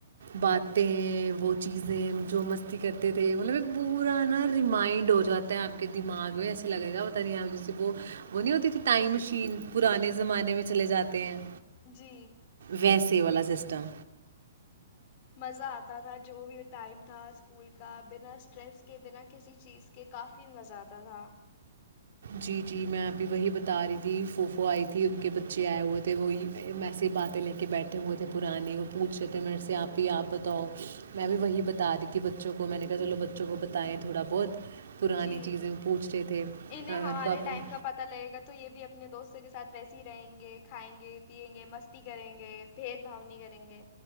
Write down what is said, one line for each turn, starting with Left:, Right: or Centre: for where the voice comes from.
Right: باتیں وہ چیزیں جو مستی کرتے تھے مطلب ایک بورا نا ریمائنڈ ہو جاتا ہے آپ کے دماغ میں ایسا لگے گا پتا نہیں آپ جیسے وہ وہ نہیں ہوتی تھی ٹائم مشین پرانے زمانے میں چلے جاتے ہیں
Left: جی
Right: ویسے والا سسٹم
Left: مزہ آتا تھا جو بھی ٹائم تھا اسکول کا بنا اسٹریس کے بنا کسی چیز کے کافی مزہ آتا تھا
Right: جی جی میں ابھی وہی بتا رہی تھی فوفو آئی تھی ان کے بچے آئے ہوئے تھے وہی اییسے ہی باتیں لے کے بیٹھے ہوئے تھے پرانے وہ پوچھ رہے تھے میرے آپ ہی آپ بتاؤ میں بھی وہی بتا رہی تھی بچوں کو میں نے کہا چلو بچوں کو بتائیں تھوڑا بہت پرانی
Left: جی
Right: چیزیں پوچھتے تھے
Left: انہیں
Right: ان
Left: ہمارے
Right: کو اپنی
Left: ٹائم کا پتا لگے گا تو یہ بھی اپنے دوست دووں کے ساتھ ویسے ہی رہیں گے کھائیں گے پیئیں گے مستی کریں گے بھید بھا نہیں کریں گے